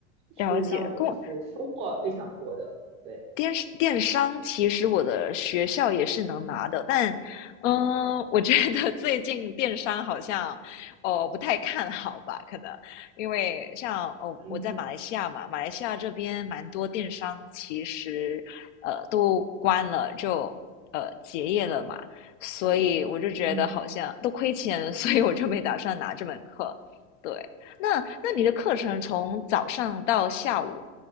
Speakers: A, on the right; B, on the left.
A: 是让我就是收获非常多的。
B: 了解，跟我
A: 对，
B: 电电商其实我的学校也是能拿的，
A: 嗯
B: 但，嗯，我觉得 <laughs> 最近电商好像，哦，不太看好吧？可能因为像哦，
A: 嗯
B: 我在马来西亚嘛，马来西亚这边蛮多电商其实，呃，都关了，就呃结业了嘛，所以我就觉得好像都亏钱，
A: 嗯
B: <laughs> 所以我就没打算拿这门课。对，那那你的课程从早上到下午，